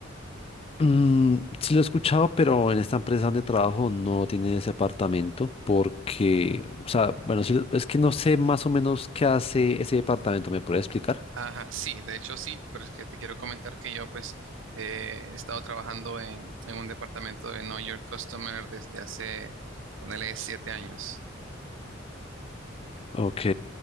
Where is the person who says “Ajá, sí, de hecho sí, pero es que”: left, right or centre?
Right